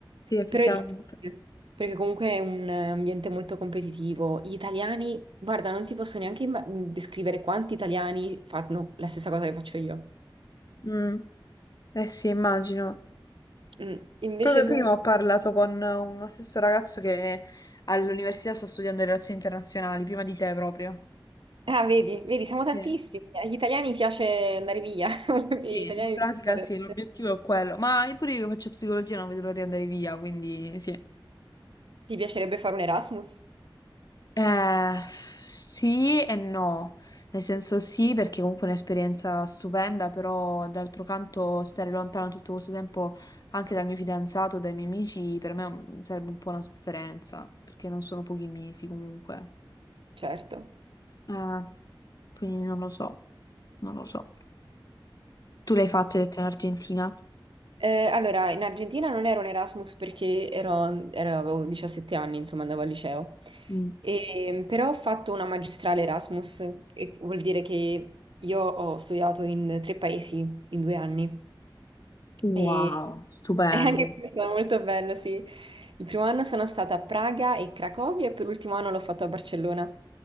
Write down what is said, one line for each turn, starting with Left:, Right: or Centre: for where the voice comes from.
Left: sì, effettivamente.
Right: Però è difficile, perché comunque è un eh, ambiente molto competitivo. Gli italiani, guarda, non ti posso neanche imma- descrivere quanti italiani fanno la stessa cosa che faccio io.
Left: Mm, eh sì, immagino.
Right: Mm, Invece
Left: Proprio
Right: tu...
Left: prima ho parlato con uno stesso ragazzo che all'università sta studiando relazioni internazionali, prima di te proprio.
Right: Ah, vedi, vedi, siamo
Left: Sì.
Right: tantissimi. Agli italiani piace andare via. <laughs> Agli
Left: Sì,
Right: italiani
Left: in pratica
Right: piace fare-
Left: sì, l'obiettivo è quello. Ma io pure io che faccio psicologia non vedo l'ora di andare via, quindi sì.
Right: Ti piacerebbe fare un Erasmus?
Left: Eh, sì e no, nel senso sì perché comunque è un'esperienza stupenda, però d'altro canto stare lontano tutto questo tempo anche dal mio fidanzato, dai miei amici, per me è un- sarebbe un po' una sofferenza, perché non sono pochi mesi comunque.
Right: Certo.
Left: Eh, quindi non lo so, non lo so. Tu l'hai fatto, hai detto in Argentina?
Right: Eh, allora, in Argentina non ero un Erasmus perché ero, ero- avevo 17 anni, insomma, andavo al liceo.
Left: Mm.
Right: E, però ho fatto una magistrale Erasmus, e vuol dire che io ho studiato in tre paesi in due anni.
Left: Wow,
Right: E,
Left: stupendo.
Right: <laughs> e anche questo è stato molto bello, sì. Il primo anno sono stata a Praga e Cracovia e per l'ultimo anno l'ho fatto a Barcellona.